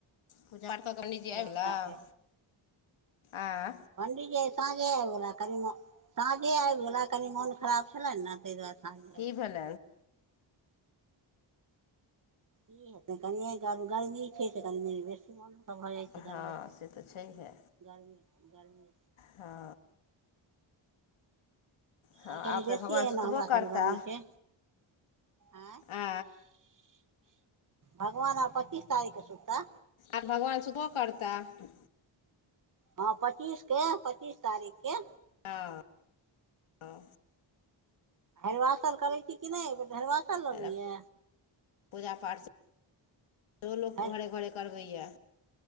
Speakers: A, on the left; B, on the right.
A: पूजा क कजी
B: धियापुताके
A: आय आँ
B: पंडीजी साँझे आबि गेलला कनि साँझे आबि गेला कनी मोन खराब छले ने ताहि दुआरे साँझे
A: की
B: आबि गेला।
A: भेल
B: ई ह कनि गर्मी छै से गर्मी बेसी मन सब भऽ जाइ छै
A: हँ
B: गरमी
A: से तऽ छैहे
B: गरमी गरमी
A: हँ हँ
B: आ कनि
A: आब
B: बेसिए
A: तऽ भगवान
B: अय
A: सुतबो
B: ने हमरा
A: करता
B: सबके गर्मी छै आँ
A: आ
B: भगवान आ पच्चीस तारख सुतता
A: आब भगवान सुतबो करताह
B: हँ पच्चीस के पच्चीस तारीख के
A: हँ हँ
B: हरवासल करै छी कि नहि हरवासल लगैया
A: तेना पूजा पाठ सेहो लोक
B: हरि
A: घरे घरे करबैए